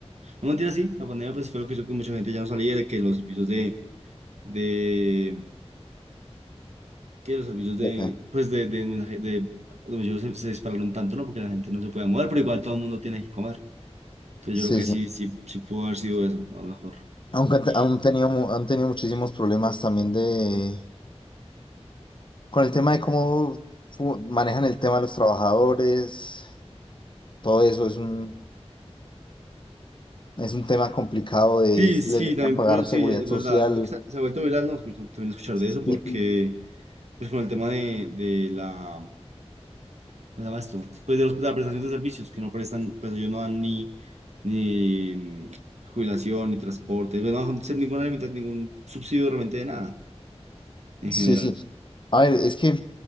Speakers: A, on the right; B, on the left.
A: No mentira, sí, la pandemia pues fue lo que hizo que mucha gente ya no saliera, que los servicios de... de que los servicios de...
B: ¿De qué?
A: pues de... de, mensaje- de domicilio se, se dispararon tanto, ¿no? Porque la gente no se puede mover, pero igual todo el mundo tiene que comer. Entonces
B: Sí,
A: yo creo que
B: sí.
A: sí, sí, sí pudo haber sido eso, a lo mejor.
B: Aunque han,
A: Y
B: te- han tenido, mu- han tenido muchísimos problemas también de, Con el tema de cómo fu- manejan el tema de los trabajadores, todo eso es un, es un tema complicado de
A: sí,
B: es-
A: sí,
B: les deberían
A: también
B: pagar
A: por
B: seguridad
A: sí, es verdad,
B: social.
A: siento que se, se ha vuelto viral, no, escucho- también escuchar
B: Sí,
A: de eso, porque pues con el tema de, de la, ¿cómo se llama esto? Pues de, los, de la prestación de servicios, que no prestan, pues ellos no dan ni, ni mm, jubilación, ni transporte, pues, no, no ninguna alimenta- ningún subsidio realmente de nada, en
B: sí,
A: general.
B: sí. sí. A ver, es que